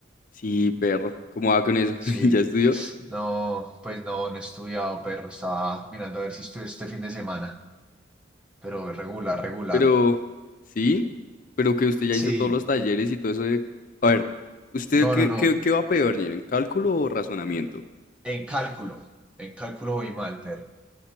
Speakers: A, on the left; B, in the centre.
A: Sí, perro, ¿cómo va con eso?
B: Sí,
A: <laughs> ¿Ya estudió?
B: no, pues no, no he estudiado, pero estaba mirando a ver si estudio este fin de semana, pero regular, regular.
A: Pero, sí, pero que usted ya hizo
B: Sí,
A: todos los talleres y todo eso de... A ver, ¿usted
B: no,
A: qué,
B: no, no,
A: qué, qué va peor, en ¿Cálculo o razonamiento?
B: en cálculo, en cálculo voy mal, pero,